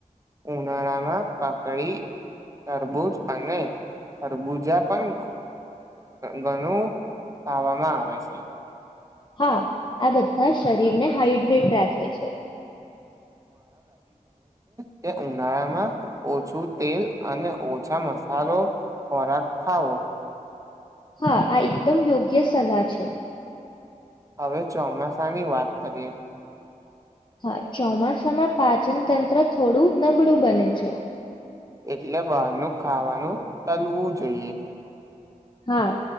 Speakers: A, on the right; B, on the left.
A: ઉનાળામાં કકડી તરબૂજ અને ખરબુજા પણ ગણું ખાવામાં આવે છે.
B: હા આ બધા શરીરને હાઈડ્રેટ રાખે છે.
A: તે ઉનાળામાં ઓછું તેલ અને ઓછા મસાલો ખોરાક ખાવો
B: હા આ એકદમ યોગ્ય સલાહ છે.
A: હવે ચોમાસા ની વાત તરી એ
B: હા, ચોમાસામાં પાચન તંત્ર થોડું નબળું બને છે.
A: એટલે બહારનું ખાવાનું, તલવું જોઈએ.
B: હા,